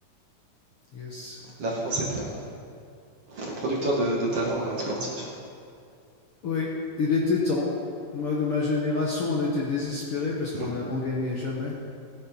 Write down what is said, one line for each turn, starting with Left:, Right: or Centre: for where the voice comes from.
Left: Yes.
Right: la France était un, un producteur de, de talent euh, sportif.
Left: Oui, il était temps. Moi, de ma génération, on était désespérés parce qu'on
Right: <laughs>
Left: a, on gagnait jamais.